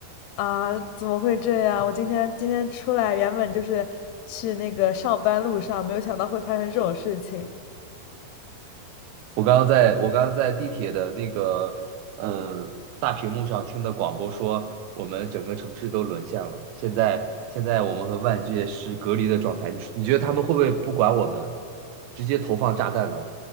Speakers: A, on the left (about 85°); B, on the right (about 85°).
A: 啊，怎么会这样？我今天今天出来原本就是去那个上班路上，没有想到会发生这种事情。
B: 我刚刚在我刚刚在地铁的那个呃大屏幕上听的广播说，我们整个城市都沦陷了。现在现在我们和外界是隔离的状态，你你觉得他们会不会不管我们，直接投放炸弹呢？